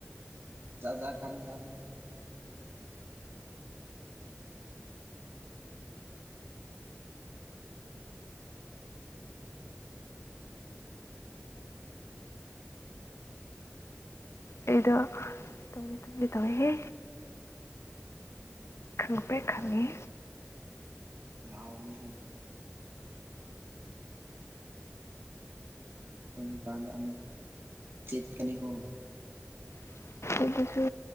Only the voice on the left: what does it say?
ꯑꯩꯗ ꯇꯨꯝꯒꯦ ꯇꯨꯝꯒꯦ ꯇꯧꯌꯦꯍꯦ
ꯈꯪꯄ꯭ꯔꯦꯛ ꯈꯪꯢ
ꯑꯗꯨꯁꯨ